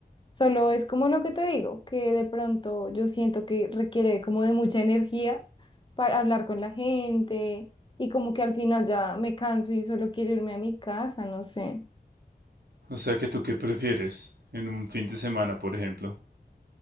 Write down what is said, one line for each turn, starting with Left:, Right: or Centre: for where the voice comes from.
Left: Solo es como lo que te digo, que de pronto yo siento que requiere como de mucha energía para hablar con la gente y como que al final ya me canso y solo quiero irme a mi casa, no sé.
Right: O sea que tú qué prefieres en un fin de semana, por ejemplo.